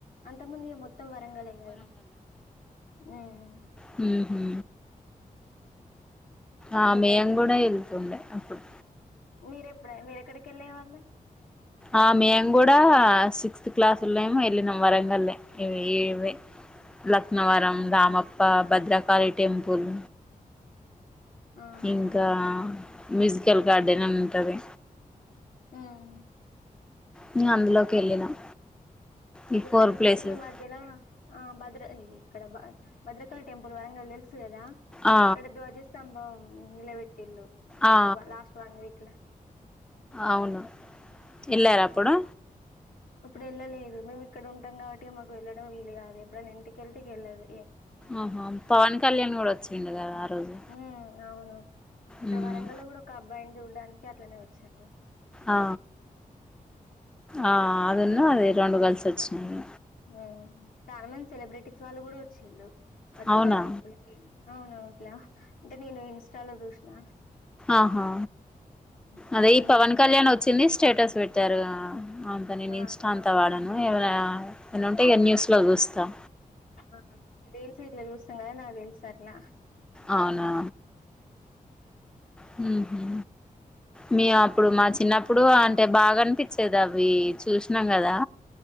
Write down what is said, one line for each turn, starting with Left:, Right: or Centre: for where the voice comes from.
Left: అంతకు ముందు ఇగ మొత్తం త్తం వరంగలె కదా మ్మ్
Centre: హ్మ్ హు
Left: <unintelligible>
Centre: ఆ
Left: మీ
Centre: మేము కూడా వెళ్తుండే అప్పుడు
Left: మీర ఎప్పుడ మీరెక్కడికెల్లే వాళ్ళు
Centre: ఆ మేము కూడా సిక్స్త్ క్లాసులేమో వెళ్ళినం వరంగల్లి ఇవి ఇవి లక్నవరం రామప్ప భద్రకాళీ టెంపుల్
Left: ఆహా
Centre: ఇంకా
Left: అవునా
Centre: మ్యూజికల్ గార్డెన్ ఉంటది
Left: మ్మ్
Centre: ఇంగ అందులోకి వెళ్ళినాం
Left: ఇప్పుడు
Centre: ఈ ఫోర్
Left: రీసెంట్గా
Centre: ప్లేసెస్
Left: ఈ మధ్యలో ఆ భద్ర ఇది అక్కడ భ భద్రకళ టెంపుల్ వరంగల్ తెలుసు కదా
Centre: ఆ
Left: అక్కడ ధ్వజస్తంభం ఇందులో పెట్టిల్లు
Centre: ఆ
Left: <unintelligible> లాస్ట్ వన్ వీక్ లో
Centre: అవును ఎల్లారా అప్పుడు
Left: ఇప్పుడు వెళ్ళలేదు మేము ఇక్కడ ఉంటాం కాబట్టి మాకు వెళ్ళడం వీలు కాదు ఎప్పుడైన్న ఇంటికెళ్తే ఇగ ఎల్లాలి ఏ
Centre: ఆహా పవన్ కళ్యాణ్ కూడా వచ్చిండు కదా ఆ రోజు
Left: ఉమ్ అవును ఇక్కడ
Centre: మ్మ్
Left: వరంగల్లో కూడా ఒక అబ్బాయిని చూడ్డానికి అట్లనే వచ్చిండు
Centre: ఆ ఆ అదిన్న అది రొండు కల్సి వచ్చిండు
Left: మ్మ్ చాలా మంది సెలబ్రిటీస్ వాళ్ళు కూడా వచ్చిళ్ళు భద్రకళి
Centre: అవునా
Left: టెంపుల్ కి అవును కిల అంటే నేను ఇన్స్టాలో చూసిన
Centre: ఆహా
Left: చాలా
Centre: అదే
Left: మంది
Centre: ఈ పవన్
Left: వచ్చి
Centre: కళ్యాణ్ వచ్చింది స్టేటస్ పెట్టారు అంత నేను
Left: ఆ
Centre: ఇన్స్టా అంతా వాడను ఏవనా ఏ ఉంటే ఇగ న్యూస్ లో చూస్తాం
Left: ఆహా రీల్స్ ఎట్ల చూస్తారని నాకు తెలుసు అట్లా
Centre: అవునా హ్మ్ హు మే అప్పుడు మా చిన్నప్పుడు అంటే బాగా అనిపించేది అవి చూసినాం కదా